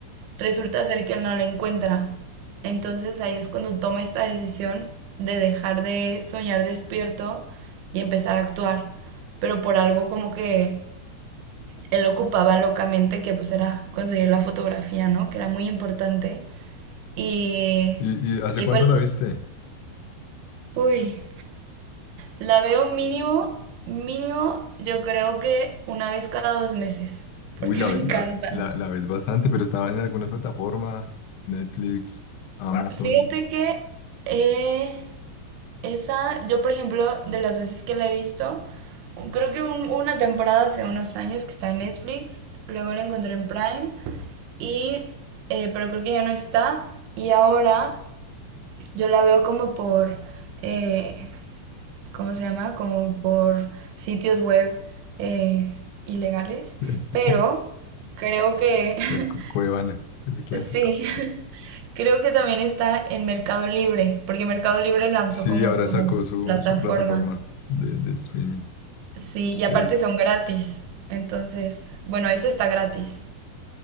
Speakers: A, on the right (about 85°); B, on the left (about 80°).
A: resulta ser que no la encuentra. Entonces ahí es cuando toma esta decisión de dejar de soñar despierto y empezar a actuar, pero por algo como que él ocupaba locamente que pues era conseguir la fotografía, ¿no? Que era muy importante y
B: ¿Y, y hace
A: y
B: cuánto
A: pues
B: la viste?
A: uy, la veo mínimo mínimo yo creo que una vez cada dos meses,
B: Uy,
A: porque
B: la,
A: <laughs> me
B: ve-
A: encanta.
B: la, la, la ves bastante, pero estaba en alguna plataforma, Netflix, Amazon,
A: Fíjate que eh, Esa, yo por ejemplo, de las veces que la he visto, creo que un- una temporada hace unos años que está en Netflix, luego la encontré en Prime, y, eh, pero creo que ya no está, y ahora yo la veo como por, eh, ¿cómo se llama? Como por sitios web eh, ilegales,
B: <laughs>
A: pero creo que, <laughs>
B: el Cu- Cuevana, el clásico.
A: sí, <laughs> creo que también está en Mercado Libre, porque Mercado Libre lanzó
B: Sí,
A: como
B: ahora
A: su
B: sacó su,
A: plataforma.
B: su plataforma de, de streaming.
A: Sí, y
B: Sí,
A: aparte son gratis. Entonces, bueno, eso está gratis.